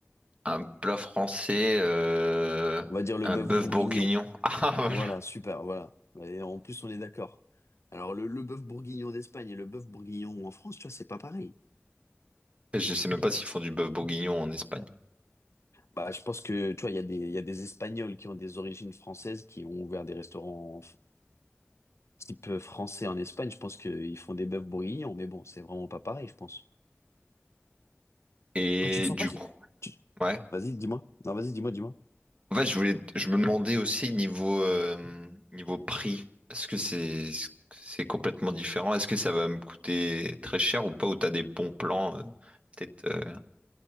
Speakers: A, on the right; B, on the left.
A: Un plat français, euh,
B: On va dire le
A: un
B: bœuf
A: bœuf
B: bourguignon.
A: bourguignon. <laughs>
B: Voilà, super, voilà. Et en plus, on est d'accord. Alors, le, le bœuf bourguignon d'Espagne et le bœuf bourguignon en France, tu vois, c'est pas pareil.
A: Ah, voilà. Je sais même pas s'ils font du bœuf bourguignon en Espagne.
B: Bah, je pense que, tu vois, il y a des, il y a des Espagnols qui ont des origines françaises, qui ont ouvert des restaurants f- type français en Espagne. Je pense qu'ils font des bœufs bourguignons, mais bon, c'est vraiment pas pareil, je pense.
A: Et
B: Quand tu te sens
A: du
B: pas.
A: coup,
B: tu-
A: ouais.
B: Vas-y, dis-moi. Non, vas-y, dis-moi, dis-moi.
A: En fait, je voulais, je me demandais aussi niveau euh, niveau prix, est-ce que c'est c'est complètement différent? Est-ce que ça va me coûter très cher ou pas? Ou t'as des bons plans euh, peut-être euh,